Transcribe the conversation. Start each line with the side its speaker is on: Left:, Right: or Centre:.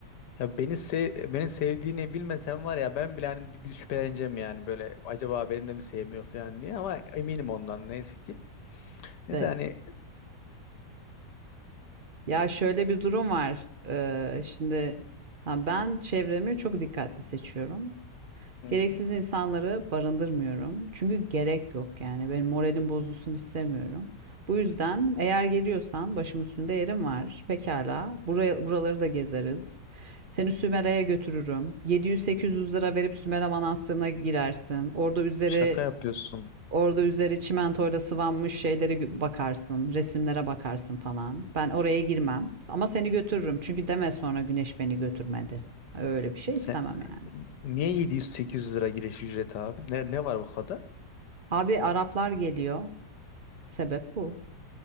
Left: Ya beni sev beni sevdiğini bilmesem var ya ben bile hani bir şüpheleneceğim yani böyle acaba beni de mi sevmiyor falan diye ama eminim ondan neyse ki. Neyse
Right: De-
Left: hani
Right: ya şöyle bir durum var. Ee, şimdi ha ben çevremi çok dikkatli seçiyorum.
Left: hı
Right: Gereksiz
Left: hı,
Right: insanları barındırmıyorum. Çünkü gerek yok yani. Benim moralim bozulsun istemiyorum. Bu yüzden eğer geliyorsan başım üstünde yerim var. Pekala. Buraya, buraları da gezeriz. Seni Sümele'ye götürürüm. 700-800 lira verip Sümele Manastırı'na girersin. Orada üzeri
Left: şaka yapıyorsun.
Right: orada üzeri çimentoyla sıvanmış şeyleri bakarsın, resimlere bakarsın falan. Ben oraya girmem ama seni götürürüm. Çünkü deme sonra güneş beni götürmedi. Öyle bir şey istemem
Left: Sen
Right: yani.
Left: niye 700-800 lira giriş ücreti abi? Ne, ne var bu kadar?
Right: Abi Araplar geliyor. Sebep bu